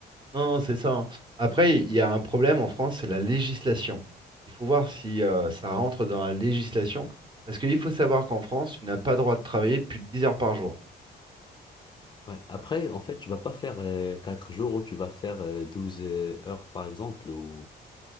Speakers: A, on the right; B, on the left.
A: Non, c'est ça. hein. Après, il y a un problème en France, c'est la législation. Il faut voir si euh, ça rentre dans la législation, parce qu'il faut savoir qu'en France, tu n'as pas droit de travailler plus de 10 heures par jour.
B: Ouais. Après,
A: hein.
B: en fait, tu vas pas faire euh, 4 jours ou tu vas faire euh, 12 euh, heures, par exemple. Ou...